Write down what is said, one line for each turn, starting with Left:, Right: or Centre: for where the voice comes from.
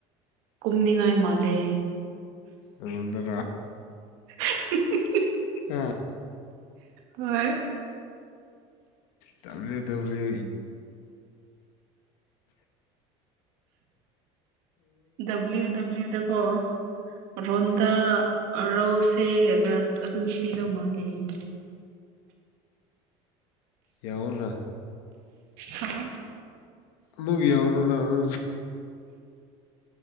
Right: ꯀꯨꯨꯝꯅꯤꯉꯥꯏ ꯃꯥꯜꯦ
Left: ꯑꯗꯨꯗ
Right: <unintelligible>
Left: ꯑ
Right: ꯍꯣꯢ
Left: ꯇꯜꯗꯤ ꯇꯜꯂꯤ
Right: ꯗꯕꯂꯤꯎ ꯗꯕꯂꯤꯎꯗꯀꯣ ꯔꯣꯟꯗꯥ ꯔꯧꯁꯦ ꯍꯥꯏꯕ꯭ꯔꯥ ꯑꯗꯨ ꯅꯨꯄꯤꯗꯣ ꯃꯥꯂꯦꯌꯦ <inaudible>
Left: ꯌꯥꯎꯅ
Right: ꯍꯥꯥ
Left: ꯃꯨꯚꯤꯌꯥ ꯔꯣꯗꯥꯅ